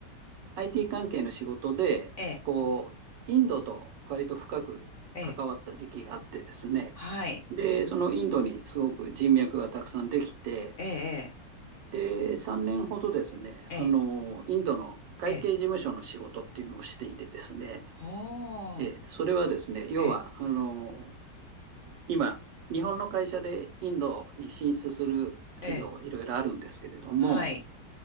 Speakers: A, on the right (about 80°); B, on the left (about 55°).
A: IT 関係の仕事で、
B: ええ、
A: こう、インドと割と深く関わった時期があってですね、
B: ええ。はい。
A: で、そのインドにすごく人脈がたくさんできて、
B: ええ、
A: で、3年ほどですね、
B: ええ、
A: あの、インドの会計事務所の仕事っていうのをしていてですね、
B: ええ。ええほう。
A: えーそれはですね、要は、
B: ええ、
A: あの、今、日本の会社でインドに進出する企業がいろいろあるんですけれども、
B: ええ。はい。